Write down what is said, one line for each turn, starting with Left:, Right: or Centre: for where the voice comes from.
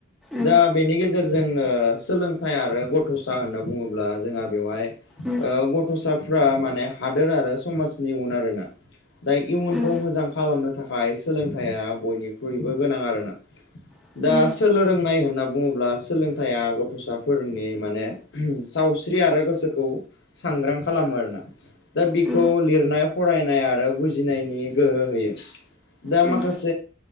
Centre: उम
Left: दा बेनि गेजेरजोंनो सोलोंथाइ आरो गथ'सा होनना बुङोब्ला जोंहा बेवहाय
Centre: उम
Left: ओ गथ'साफ्रा माने हादोर आरो समाजनि इयुन आरोना। दा इयुनखौ
Centre: उम
Left: मोजां खालामनो थाखाय सोलोंथाइया बयनिख्रुइबो गोनां आरोना।
Centre: उम
Left: दा सोलों रोंनाय होनना बुङोब्ला सोलोंथाइया गथ'साफोरनि माने सावस्रि आरो गोसोखौ सांग्रां खालामो आरोना। दा बेखौ
Centre: उम
Left: लिरनाय फरायनाय आरो बुजिनायनि गोहो होयो दा
Centre: उम
Left: माखासे